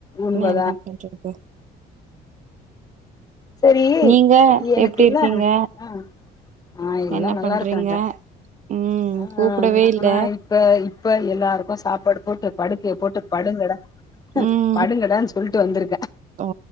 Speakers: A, on the left; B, on the right.
A: உண்மதா
B: ஏ என்ன பண்றது
A: சரி
B: நீங்க
A: எனக்கு
B: எப்டி
A: இன்ன
B: இருக்கீங்க
A: ஆஹ் ஆஹ் எல்லா
B: என்ன
A: நல்லாருக்காங்க
B: பண்றீங்க ம்
A: ஆஹ்
B: கூப்டவே
A: நானா
B: இல்ல
A: இப்ப இப்ப எல்லாருக்கு சாப்பாடு போட் ட்டு படுக்கய போட்டு படுங்கடா
B: உம்
A: படுங்கடான்னு சொல்ட்டு வந்திருக்கே
B: ஓ